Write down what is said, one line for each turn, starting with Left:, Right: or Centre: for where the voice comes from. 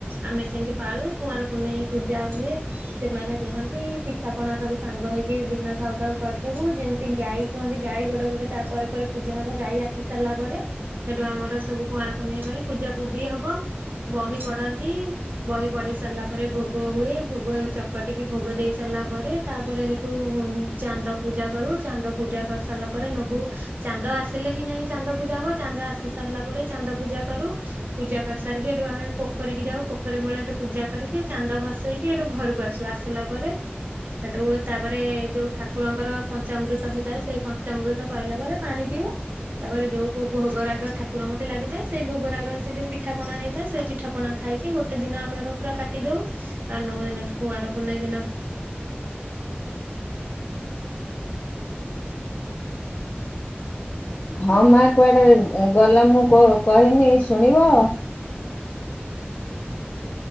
Right: ଆମେ ସେମିତି ପାଳୁ। କୁଆଁରପୁନେଇଁ ପୂଜା ହୁଏ। ସେମାନେ ରୁହନ୍ତି। ପିଠା ପଣା ସବୁ ସାଙ୍ଗ ହେଇକି ଦିନ ଥାଉ ଥାଉ କରିଦବୁ। ଯେମିତି ଗାଈ କୁହନ୍ତି ଗାଈ ଗୋଡ଼ ଗୋଟେ ତା ପରେ ପରେ ପୂଜା ହବ। ଗାଈ ଆସି ସାରିଲା ପରେ। ସେଠୁ ଆମର ସବୁ କୁଆଁରପୁନେଇଁ ପାଇଁ ପୂଜା ପୂଜି ହବ। ବହି ପଢନ୍ତି। ବହି ପଢି ସାରିଲା ପରେ ଭୋଗ ହୁଏ। ଭୋଗ ଚକଟିକି ଭୋଗ ଦେଇ ସାରିଲା ପରେ ତାପରେ ସେଠୁ ଚାନ୍ଦ ପୂଜା କରୁ। ଚାନ୍ଦ ପୂଜା କରି ସାରିଲା ପରେ ନବୁ ଚାନ୍ଦ ଆସିଲେ ହିଁ ଯାଇକି ଚାନ୍ଦ ପୂଜା ହବ। ଚାନ୍ଦ ଆସି ସାରିଲା ପରେ ଚାନ୍ଦ ପୂଜା କରୁ। ପୂଜା କରିସାରିକି ଏଠୁ ଆମେ ପୋଖରୀ ଯାଉ। ପୋଖରୀ ମୂଳେ ଏଠୁ ପୂଜା କରିକି ଚାନ୍ଦ ଭସେଇକି। ଏଠୁ ଘରକୁ ଆସୁ। ଆସିଲା ପରେ ସେଠୁ ତାପରେ ଯୋଉ ଠାକୁରଙ୍କର ପଞ୍ଚାମୃତ ହେଇଥାଏ। ସେଇ ପଞ୍ଚାମୃତ ପାଇଲା ପରେ ପାଣି ପିଇବୁ। ତାପରେ ଯୋଉ <unintelligible> ଭୋଗରାଗ ଠାକ କୁରଙ୍କଠି ଲାଗିଥାଏ। ସେ ଭୋଗରାଗ ସେ ଯୋଉ ପିଠାପଣା ହେଇଥାଏ। ସେଇ ପିଠା ପଣା ଖାଇକି ଗୋଟେ ଦିନ ଆମର ପୁରା କାଟିଦଉ। ଆଉ ନଉ ଦିନ କୁଆଁରପୁନେଇଁ ଦିନ।
Left: ହଁ ମା କୁଆଡ଼େ ଗଲ ମୁଁ କୋ କହିମି ଶୁଣିବ?